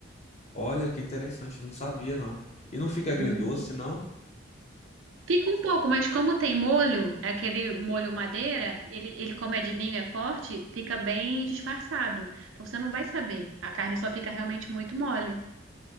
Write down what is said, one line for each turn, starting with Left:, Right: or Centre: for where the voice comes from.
Left: Olha, que interessante, eu não sabia não. E não fica agridoce,
Right: Hum.
Left: não?
Right: Fica um pouco, mas como tem molho, é aquele molho madeira, ele, ele como é de vinho, é forte, fica bem disfarçado. Então você não vai saber. A carne só fica realmente muito mole.